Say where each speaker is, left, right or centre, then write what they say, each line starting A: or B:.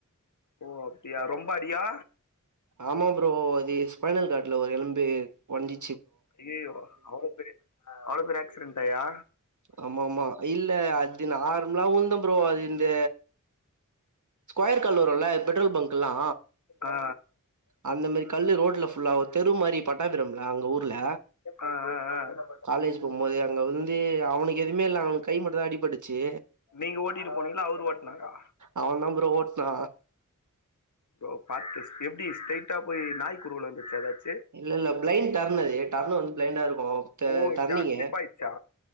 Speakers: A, on the left (about 65°); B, on the right (about 65°).
A: ஓ அப்டியா ரொம்ப அடியா
B: ஆமா ப்ரோ அது ஸ்பைனல் காட்ல ஒரு எலும்பு ஒஞ்சு
A: அய்யய்யோ அவ்ள பெரி அவ்ள பெரி ஆக்ஸ்டண்டாயா
B: ஆமா ஆமா இல்ல அது நார்மலா உழுந்த ப்ரோ அது இந்த ஸ்கொயர் கல்வருல்ல பெட்ரோல் பங்க்கெல்லா
A: ஆ
B: அந்த மாரி கல்லு ரோட்ல ஃபுல்லா ஒரு தெரு மாரி பட்டாபிரம்ல அங்க ஊ ல
A: ஆ ஆ ஆ
B: காலேஜ் போம்போது அங்க வந்து அவனுக்கு எதுமே இல்ல அவனுக் கைமட்டுதா அடிப்பட் ச்சு
A: நீங்க ஓட்டிட்டு போனீங்களா அவரு ஓட்னாரா
B: அவன்தா ப்ரோ ஓட்னா
A: ஐயோ பாத்து எப்டீ ஸ்ரைட்டா போய் நாய்க்குருவுல வந்துருச்சா எதாச்
B: இல்லல்ல ப்ளைண் டர்னரு டர்ன் வந்து பளைண்டா இரு க்கூ ட
A: ஓ
B: டர்னீங்கு
A: ஜா ஸ்லிப் ஆயிடுச்சா